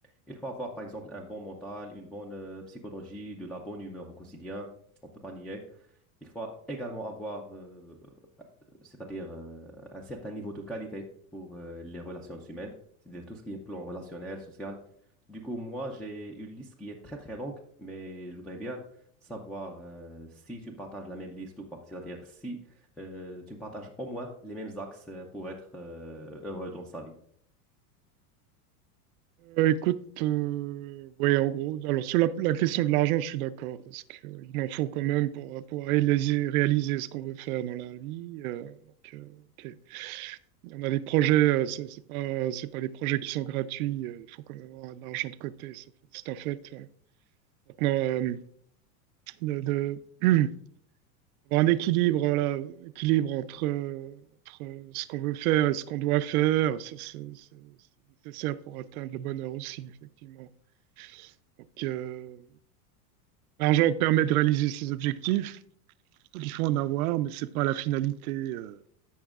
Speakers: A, in the centre; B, on the right.
A: Il faut avoir, par exemple, un bon mental, une bonne euh, psychologie, de la bonne humeur au quotidien. On peut pas nier. Il faut également avoir euh, c'est-à-dire euh, un certain niveau de qualité pour euh, les relations humaines, c'est-à-dire tout ce qui est plan relationnel, social. Du coup, moi, j'ai une liste qui est très, très longue, mais je voudrais bien savoir euh, si tu me partages la même liste ou pas, c'est-à-dire si euh, tu me partages au moins les mêmes axes euh, pour être euh, heureux dans sa vie.
B: Euh, écoute, euh, ouais, en gros, alors sur la, la question de l'argent, je suis d'accord, parce qu'il en faut quand même pour, euh, pour réaliser, réaliser ce qu'on veut faire dans la vie. euh, donc, euh, ok. Il y en a des projets, euh, c'est c'est pas, c'est pas des projets qui sont gratuits, euh, il faut quand même avoir de l'argent de côté, ça fait- c'est un fait. ouais. Maintenant, euh, de, de- <clears throat> avoir un équilibre, voilà, équilibre entre, euh, entre ce qu'on veut faire et ce qu'on doit faire, ça, c'est c'est- c'est nécessaire pour atteindre le bonheur aussi, effectivement. Donc, euh, L'argent permet de réaliser ses objectifs. Il faut en avoir, mais c'est pas la finalité, euh,